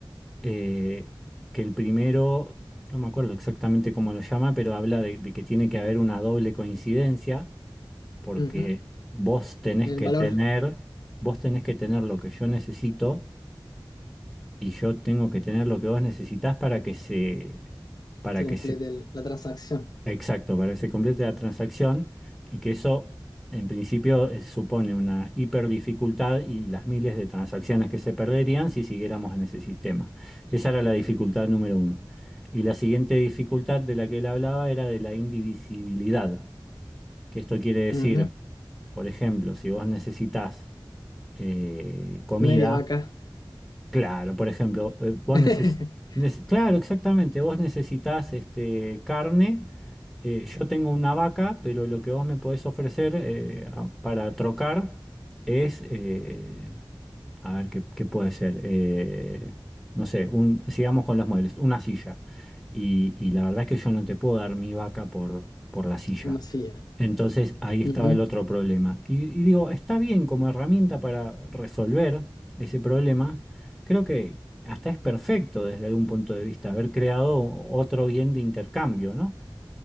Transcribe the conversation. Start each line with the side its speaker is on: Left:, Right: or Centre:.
Centre: eh, que el primero, no me acuerdo exactamente cómo lo llama, pero habla de, de que tiene que haber una doble coincidencia, porque
Left: ujú.
Centre: vos tenés
Left: El
Centre: que
Left: valor,
Centre: tener, vos tenés que tener lo que yo necesito y yo tengo que tener lo que vos necesitás para que se para
Left: se completa
Centre: que se,
Left: el- la transacción.
Centre: Exacto, para que se complete la transacción y que eso en principio eh, supone una hiperdificultad y las miles de transacciones que se perderían si siguiéramos en ese sistema. Esa era la dificultad número uno. Y la siguiente dificultad de la que él hablaba era de la indivisibilidad, que esto quiere decir,
Left: Ujú,
Centre: por ejemplo, si vos necesitas eh, comida
Left: Media vaca.
Centre: Claro, por ejemplo, eh, vos
Left: <laughs>
Centre: neces nece- claro, exactamente, vos necesitas este, carne, eh, yo tengo una vaca, pero lo que vos me podés ofrecer eh, a- para trocar es, eh, a ver, ¿qué, qué puede ser? Eh, no sé, un, sigamos con los muebles, una silla. Y, y la verdad es que yo no te puedo dar mi vaca por, por la silla.
Left: Una silla.
Centre: Entonces ahí estaba
Left: Ujú,
Centre: el otro problema. Y, y digo, está bien como herramienta para resolver ese problema. Creo que hasta es perfecto desde algún punto de vista haber creado otro bien de intercambio, ¿no?